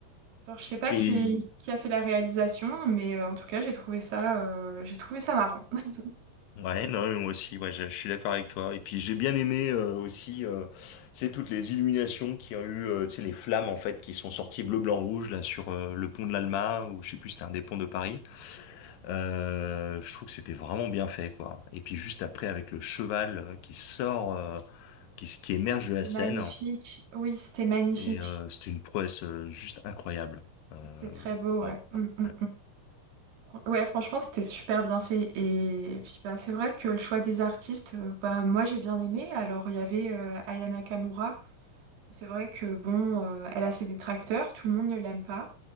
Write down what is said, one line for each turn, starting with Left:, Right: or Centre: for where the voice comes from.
Right: Alors, je sais pas
Left: Et
Right: qui, qui a fait la réalisation, mais euh, en tout cas, j'ai trouvé ça, euh, j'ai trouvé ça marrant. <laughs>
Left: Ouais, non, mais moi aussi, ouais, je, je suis d'accord avec toi. Et puis j'ai bien aimé euh, aussi, euh, c'est toutes les illuminations qu'il y a eu, euh, tu sais, les flammes en fait qui sont sorties bleu, blanc, rouge là sur euh, le pont de l'Alma ou je sais plus, si c'était un des ponts de Paris. Euh, je trouve que c'était vraiment bien fait, quoi. Et puis juste après avec le cheval euh, qui sort, euh, qui, s- qui émerge
Right: Oui, C'était
Left: de la scène,
Right: magnifique. Oui, c'était magnifique.
Left: et euh, c'était une prouesse euh, juste incroyable. Euh,
Right: C'était très beau,
Left: ouais,
Right: ouais. Mm, mm,
Left: ouais.
Right: mm. Ouais, franchement, c'était super bien fait. Et, puis, bah, c'est vrai que le choix des artistes, euh, bah, moi, j'ai bien aimé. Alors, il y avait euh, Aya Nakamura. C'est vrai que, bon, euh, elle a ses détracteurs, tout le monde ne l'aime pas.